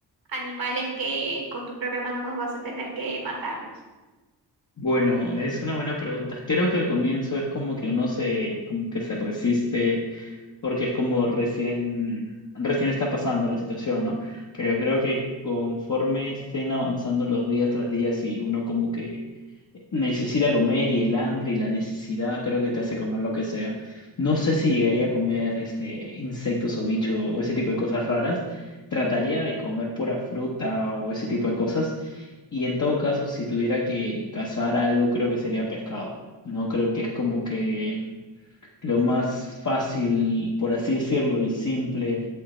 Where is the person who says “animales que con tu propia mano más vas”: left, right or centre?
Right